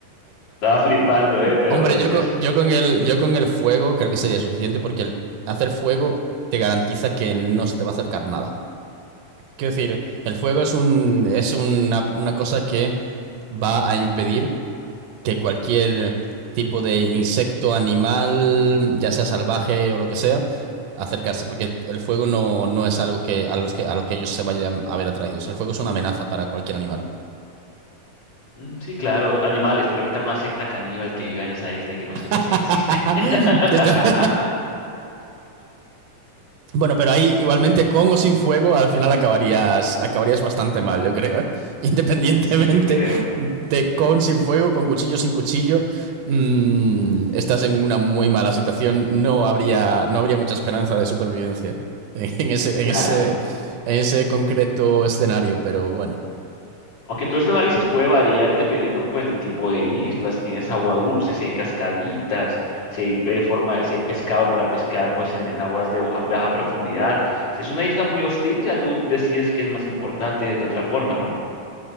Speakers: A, on the left (about 50°); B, on the right (about 80°).
A: Estaba flipando, eh, pero
B: Hombre,
A: es,
B: yo con,
A: es
B: yo con el, yo con el fuego creo que sería suficiente porque el hacer fuego te garantiza que no se te va a acercar nada. Quiero decir, el fuego es un, es una, una cosa que va a impedir que cualquier tipo de insecto, animal, ya sea salvaje o lo que sea, acercarse, porque el fuego no, no es algo que a los que a lo que ellos se vayan a ver atraídos. El fuego es una amenaza para cualquier animal.
A: Mm, Sí, claro, animales, pero ¿qué tal una secta caníbal que viva en esa isla y que no sepas
B: <laughs>
A: que existe? <laughs>
B: Bueno, pero ahí igualmente con o sin fuego al final acabarías, acabarías bastante mal, yo creo, ¿eh? <laughs> Independientemente
A: Sí, yo creo.
B: de
A: eh,
B: con, sin fuego, con cuchillo, sin cuchillo, mm, estás en una muy mala situación. No habría, no habría mucha esperanza de supervivencia <laughs> en, en ese,
A: Claro.
B: en ese, en ese concreto escenario, pero bueno.
A: Aunque todo este análisis puede variar dependiendo pues del tipo de isla, si tienes agua dulce, si hay cascaditas, si hay, eh, forma, si hay pescado para pescar pues en, en aguas de baja, baja profundidad. Si es una isla muy hostil, ya tú decides qué es más importante de otra forma, ¿no?